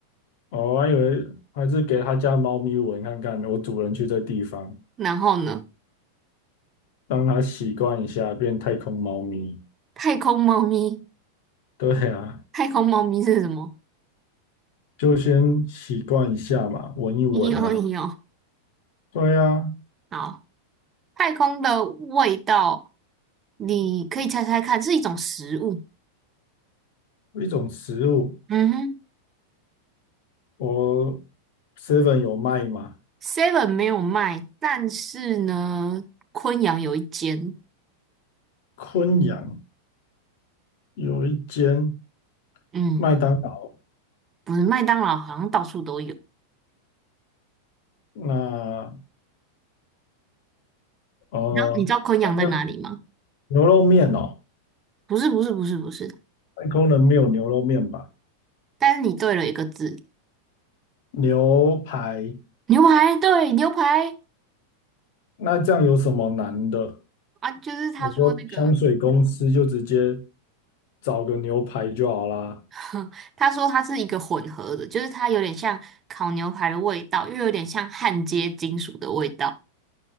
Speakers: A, on the left; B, on the right.
A: 哦，我还以为还是给他家猫咪闻看看。我主人去这地方，
B: 然后呢，
A: 让它习惯一下，变太空猫咪。
B: 太空猫咪，
A: 对啊，
B: 太空猫咪是什么？
A: 就先习惯一下嘛，闻一闻呐、
B: <laughs> 咦哦咦哦，
A: 啊对啊，
B: 好，太空的味道，你可以猜猜看，是一种食物。
A: 一种食物。
B: 嗯哼
A: 我 seven 有卖吗？
B: ，Seven 没有卖，但是呢，昆阳有一间，
A: 昆阳有一间
B: 嗯，
A: 麦当劳，
B: 不是麦当劳，好像到处都有。
A: 那呃，
B: 然后你知道你知道昆阳在哪里吗？
A: 但是牛肉面哦，
B: 不是，不是，不是，不是。
A: 太空人没有牛肉面吧？
B: 但是你对了一个字，
A: 牛排，
B: 牛排，对，牛排
A: 那这样有什么难的？
B: 啊，就是他说那个，
A: 我说香水公司就直接找个牛排就好啦，
B: <laughs> 他说它是一个混合的，就是它有点像烤牛排的味道，又有点像焊接金属的味道，